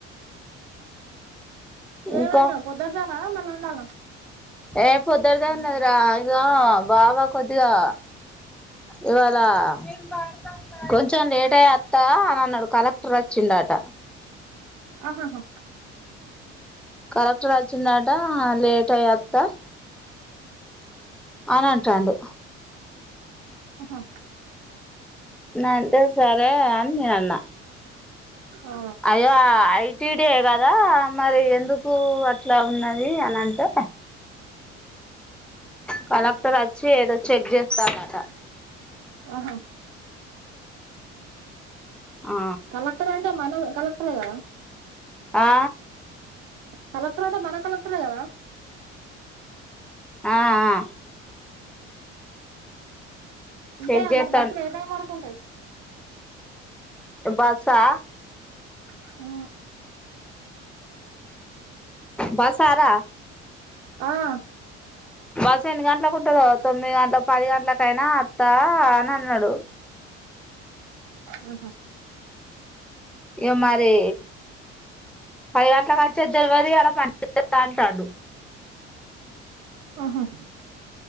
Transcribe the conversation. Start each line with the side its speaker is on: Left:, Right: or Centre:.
Right: ఏం
Centre: ఇంకా
Right: వండినావ్ పొద్దందేన అన్నం వండలనా
Centre: ఏ పొద్దడ్ దే ఉన్నది రా ఇగో బావ కొద్దిగా ఇవాళ కొన్ కొంచెం లేట్ అయి అత్తా అని అన్నాడు కలెక్టర్ వచ్చిండట
Right: ఆహాహా
Centre: కలెక్టర్ అచ్చిన్ నాడ్ టా లేట్ అయి అత్త అని అంటాండు
Right: ఆహ్ ఓ
Centre: న అంతే సరే అని నేను అన్న
Right: ఆ
Centre: అయ్యో ఐటి అదే కదా మరి ఎందుకు అట్లా ఉన్నది అని అంటే కలెక్టర్ వ వచ్చి ఏదో చెగ్ జేస్తాన్నట
Right: ఓహో
Centre: ఆ
Right: కలెక్టర్ అంటే మన కలక్ క్టర్ కదా
Centre: ఆ
Right: కలెక్టర్ అంటే మన కలెక్టరే గదా
Centre: ఆహ్ ఆ
Right: ఉంటే
Centre: చెక్ చేస్తాన్
Right: మరి బస్సులు ఏ టైమ్ వరుకు ఉంటాయి.
Centre: బస్ ఆ
Right: హు
Centre: బసార
Right: ఆహా
Centre: బస్సు ఎన్ని గంటలకు ఉంటందో తొమ్మిది గం గంట్లపది గంట్లాకైనా అత్తా అని అన్నాడు.
Right: అహో
Centre: ఇగా మరీ పది గంట్ల కి వచ్ఛేది దెల్వదు యడా పని చెయ్యదు అంటాండు
Right: ఆహా